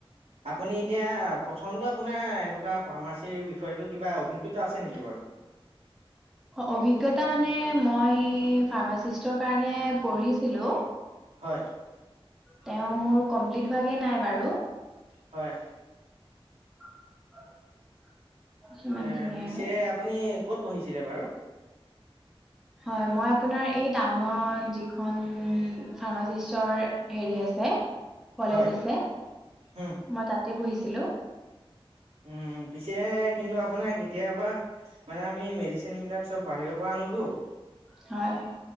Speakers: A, on the right (about 85°); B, in the centre.
A: আপুনি এতিয়া প্ৰথমটো আপোনাৰ এনেকুৱা ফাৰ্মাচীৰ বিষয়টো কিবা অভিজ্ঞ তা আছে নেকি বাৰু?
B: অভিজ্ঞতা মানে মই ফাৰ্মাচিষ্টৰ কাৰণে পঢ়িছিলো।
A: হয়।
B: তেওঁ মোৰ কমপ্লিট হোৱাগে নাই বাৰু।
A: হয়।
B: <unintelligible> সিমানখিনি
A: এ পিছে
B: আৰু
A: আপুনি ক'ত পঢ়িছিলে বাৰু?
B: হয় মই আপোনাৰ এই টাউনত যিখন ফাৰ্মাচিষ্টৰ হেৰি আছে। কলেজ
A: হয়
B: আছে
A: উম
B: মই তাতে পঢ়িছিলো।
A: উম পিছে কিন্তু আপোনাৰ কেতিয়াবা মানে আমি মেডিচিনবিলাক চব বাহিৰৰ পৰা আনোতো
B: হয়।